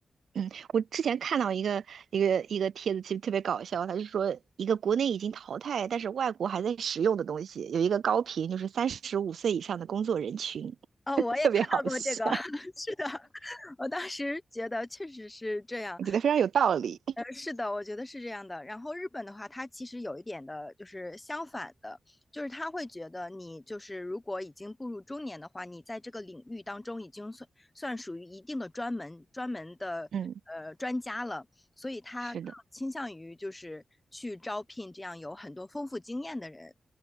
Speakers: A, on the right; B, on the left.
A: 嗯，我之前看到一个一个一个帖子，其实特别搞笑，他就说一个国内已经淘汰，但是外国还在使用的东西，有一个高频，就是三十五岁以上的工作人群，
B: 哦，
A: <laughs>
B: 我也看到过这个，
A: 特别好笑。
B: <laughs> 是的，我当时觉得确实是这样。
A: 我觉得非常有道理。
B: 呃，是的，我觉得是这样的。然后日本的话，它其实有一点的，就是相反的，就是他会觉得你就是如果已经步入中年的话，你在这个领域当中已经算算属于一定的专门专门的呃专家了，
A: 嗯，
B: 所以他更倾向于就是去招聘这样有很多丰富经验的人。
A: 是的，